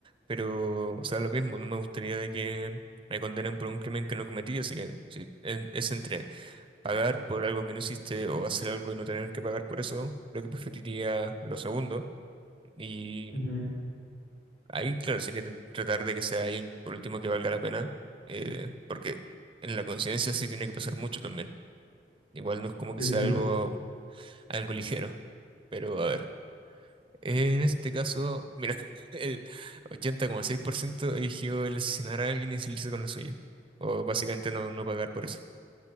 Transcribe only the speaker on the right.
pero, o sea, lo mismo, no me gustaría de que me condenen por un crimen que no cometí, así que si en- es entre pagar por algo que no hiciste o hacer algo y no tener que pagar por eso, creo que preferiría lo segundo, y
ahí, claro, sería tr- tratar de que sea alguien por último que valga la pena, eh, porque en la conciencia sí tiene que pesar mucho también, igual no es como
que sea
algo, algo ligero, pero a ver. En este caso, mira, <laughs> el ochenta coma seis por ciento eligió el asesinar a alguien y salirse con la suya. O básicamente no, no pagar por eso.